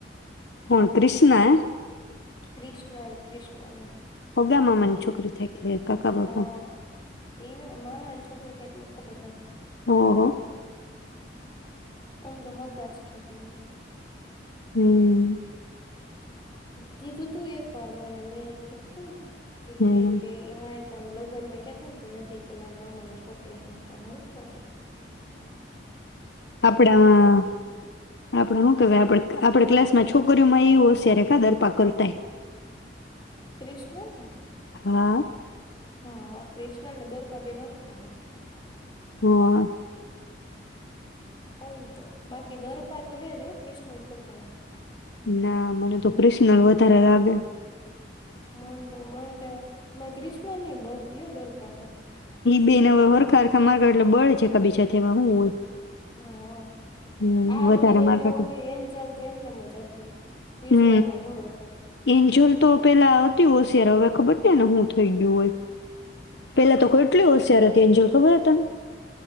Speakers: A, on the left; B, on the left.
A: કોણ ક્રિષ્ના?
B: કૃષ્ણ. કૃષ્ણ.
A: હગા મામા છો કરી થાય. કે કાકા બાપા
B: હા એને મામાને છોકરી એટલું ખબર હે.
A: હ હ.
B: ઓમ તો હગાજ કેવાય એમ.
A: હમ્મ.
B: કીધું તું એક વાર મને મે એમ કીધું તું ને તો
A: હમ
B: ક્યે ઈ ક્યે હા ઈ ક્યે અમે લગ્ન માં ગયાતા ને તો ઈ હતી કે મારા મામાની છોકરી હે હું ક્વ હારુ કેવાય
A: આપણામાં આપડે શું કેવાય આપડે આપડા ક્લાસમાં છોકરીઓમાં ઈ હોશિયાર હે કા દર્પા કરતાય
B: ક્રિશનલ ને
A: હા
B: હા ક્રિશનલ ને દર્પા બેય હરખા હે
A: હા
B: ઓમ તો બાકી દર્પા તો હે જ હો ક્રિષ્નલ કરતાય
A: ના, મને તો કૃષ્ન વધારે વાગે.
B: મન તો મનત મેં ક્રષ્ણની બરતી હો દરપાથી.
A: બે ન હવે હરખા હરખા માર્ગ એટલે બળે છે. એકાબીજાથી એમાં હું હોય.
B: હા.
A: હમ
B: આર્મીને
A: વધારે માર્ક
B: ને
A: હતું
B: ઓલી એન્જલ તો એમનેમજ હતી. ક્રિશ્નલ
A: હમ
B: ના ભરોસે.
A: એન્જલ તો પેલા હતી હોશિયાર. હવે ખબર નય એને હું થઈ ગ્યું હોય. પેલા તો કેટલી હોશિયાર હતી એન્જલ. ખબર એ તને?